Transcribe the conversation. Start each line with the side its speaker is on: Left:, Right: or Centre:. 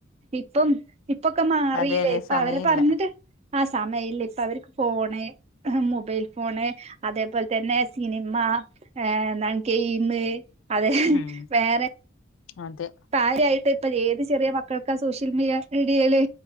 Right: ഇപ്പം <unintelligible> ഇപ്പൊക്കെ മാറില്ലേ
Left: അതെ അതെ
Right: ഇപ്പൊ
Left: സമയില്ല
Right: അവരെ പറഞ്ഞിട്ട് ആ സമയൽ ഇപ്പ അവർക്ക് ഫോണ് മൊബൈൽ ഫോണ് അതേപോലെ തന്നെ സിനിമ ഏ എന്താണ് ഗെയിം അതെ
Left: ഉം
Right: വേറെ
Left: അതെ
Right: പാര്യായിട്ട് ഇപ്പ ഏത് ചെറിയ മക്കൾക്ക സോഷ്യൽ മീഡിയയില്